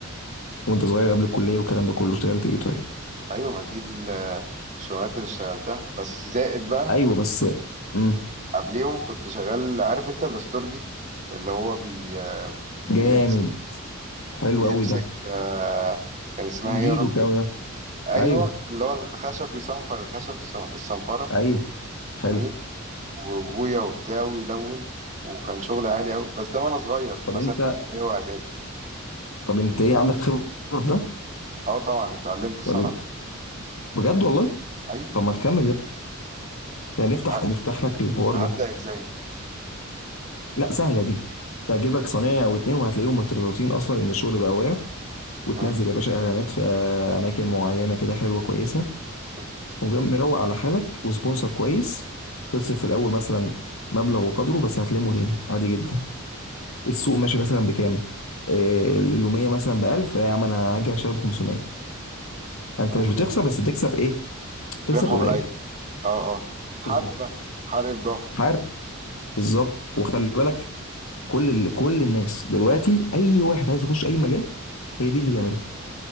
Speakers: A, on the left; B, on the right.
A: وانت صغير قبل الكليه والكلام ده كله اشتغلت ايه طيب
B: ايوه ما دي الشغلات اللي اشتغلتها بس زائد بقى
A: ايوه بس امم
B: قبليهم كنت شغال عارف انت الاستورجي اللي هو بي بيمسك
A: جامد حلو
B: بيمسك
A: قوي ده
B: آه كان اسمها
A: تنجيد
B: ايه يا ربي
A: وبتاع ده
B: ايوه
A: ايوه
B: اللي هو الخشب بيصنفر الخشب الص- الصنفره
A: ايوه حلو
B: جميل وابويا وبتاع ويلون وكان شغل عالي قوي بس ده وانا صغير في
A: طب
B: مثلا
A: انت
B: في ابتدائي واعدادي
A: طب انت ايه عندك خبره في ده
B: اه طبعا اتعلمت صنعه
A: ولا إيه؟ بجد والله
B: ايوه
A: طب ما تكمل يا ابني يعني نفتح
B: ه-
A: نفتح لك الحوار
B: هبدا
A: ده
B: ازاي
A: لا سهله دي انت هتجيب لك صنايعي او اتنين وهتلاقيهم مترططين اصلا ان الشغل بقى واقع وتنزل
B: م-
A: يا باشا اعلانات في آه، اماكن معينه كده حلوه كويسه
B: م-
A: تقوم جاي مروق على حالك وسبونسر كويس تصرف في الاول مثلا مبلغ وقدره بس هتلمه تاني عادي جدا السوق ماشي مثلا بكام آه، اليوميه مثلا ب 1000 لا يا عم انا هاجي اشتري ب 500 انت
B: م-
A: مش بتخسر بس بتكسب ايه بتكسب
B: ربح ولا
A: قليل
B: ايه اه اه حرق
A: بالظبط
B: بقى حرق بضاعه
A: حارق بالظبط وخلي بالك كل ال... كل الناس دلوقتي اي واحد عايز يخش اي مجال هي دي اللي بيعمله